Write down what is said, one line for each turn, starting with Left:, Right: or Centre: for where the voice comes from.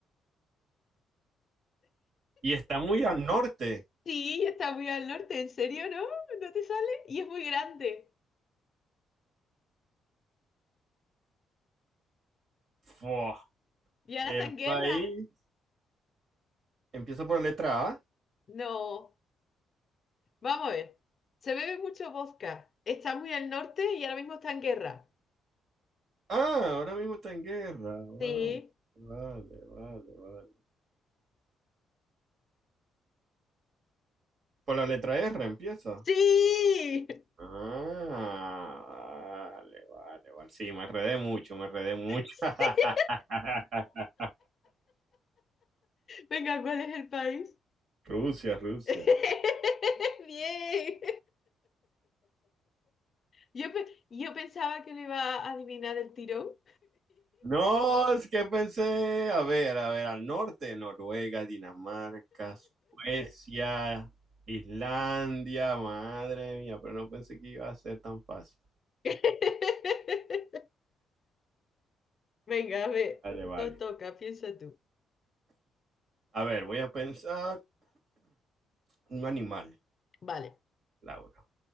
Right: Y está muy al norte.
Left: sí, está muy al norte. ¿En serio, no? ¿No te sale? Y es muy grande.
Right: Fua.
Left: ¿Y ahora
Right: El
Left: está en
Right: país
Left: guerra?
Right: empieza por la letra A.
Left: No. Vamos a ver. Se bebe mucho vodka. Está muy al norte y ahora mismo está en guerra.
Right: Ah, ahora mismo está en guerra. Vale,
Left: Sí.
Right: vale, vale, vale. Por la letra R empieza.
Left: Sí. <laughs>
Right: Ah, vale, vale, vale. Sí, me enredé mucho, me enredé mucho.
Left: Sí.
Right: <laughs>
Left: Venga, ¿cuál es el país?
Right: Rusia, Rusia.
Left: <laughs> Bien. Yo, pe- yo pensaba que lo iba a adivinar el tirón.
Right: No, es que pensé, a ver, a ver, al norte, Noruega, Dinamarca, Suecia, Islandia, madre mía, pero no pensé que iba a ser tan fácil.
Left: <laughs> Venga, a ver,
Right: Vale, vale.
Left: to- toca, piensa tú.
Right: A ver, voy a pensar un animal,
Left: Vale,
Right: Laura.